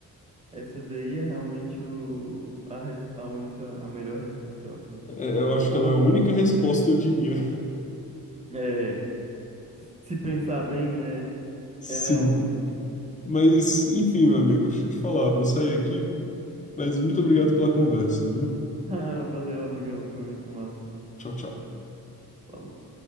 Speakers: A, on the right (about 15°); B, on the left (about 20°).
A: Essa daí é realmente o, a, res- a única, a melhor resposta, eu acredito.
B: É, eu acho
A: Ou,
B: que ela é a única resposta, eu diria.
A: é, se pensar bem, né?
B: <laughs> Sim.
A: Ela é a única mesmo.
B: Mas, enfim, meu amigo, deixa eu te falar, vou sair aqui, mas muito obrigado pela conversa, viu?
A: Ah, valeu, amigão, foi muito massa.
B: Tchau, tchau.
A: Falou.